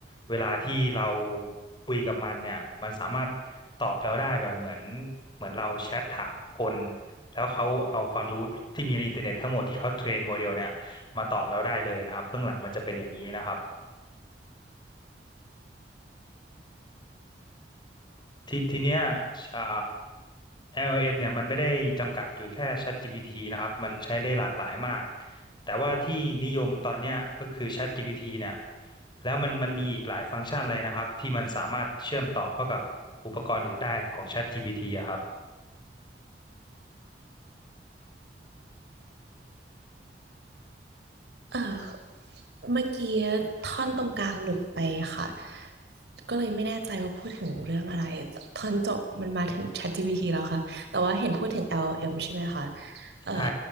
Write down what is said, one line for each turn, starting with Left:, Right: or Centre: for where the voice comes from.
Left: เวลาที่เราคุยกับมันเนี่ยมันสามารถตอบเราได้แบบเหมือนเหมือนเราแชทถามคนแล้วเขาเอาความรู้ที่มีในอินเทอร์เน็ตทั้งหมดที่เขาเทรนโมเดลเนี่ยมาตอบเราได้เลยนะครับเบื้องหลังมันจะเป็นอย่างนี้นะครับ ทีทีเนี้ยอ่า LLM เอ็มเนี่ยมันไม่ได้จำกัดอยู่แค่ ChatGPT นะครับมันใช้ได้หลากหลายมากแต่ว่าที่นิยมตอนเนี้ยก็คือ ChatGPT เนี่ยแล้วมันมันมีอีกหลายฟังก์ชันเลยนะครับที่มันสามารถเชื่อมต่อเข้ากับอุปกรณ์อื่นได้ของ ChatGPT อะครับ
Right: เออเมื่อกี้ท่อนตรงกลางหลุดไปค่ะก็เลยไม่แน่ใจว่าพูดถึงเรื่องอะไรท่อนจบมันมาถึง ChatGPT แล้วค่ะแต่ว่าเห็นพูดถึง LLM ใช่ไหมคะเอ่อ
Left: ใช่